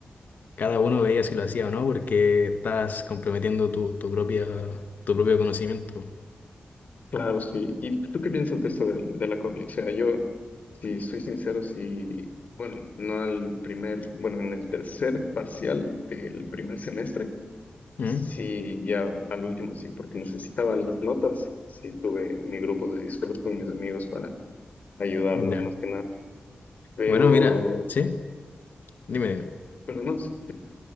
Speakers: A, on the left (about 75°); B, on the left (about 60°).
A: cada uno veía si lo hacía o no porque estás comprometiendo tu, tu propia, tu propio conocimiento.
B: Claro, sí. ¿Y tú qué piensas de eso de, de la copia? O sea, yo, si soy sincero, si, bueno, no al primer, bueno, en el tercer parcial del primer semestre,
A: ¿Mm?
B: sí, ya al último, sí, porque necesitaba las notas, sí, tuve mi grupo de Discord con mis amigos para ayudarnos
A: Ya.
B: más que nada, pero,
A: Bueno, mira, sí, dime, dime.
B: pero no, sí,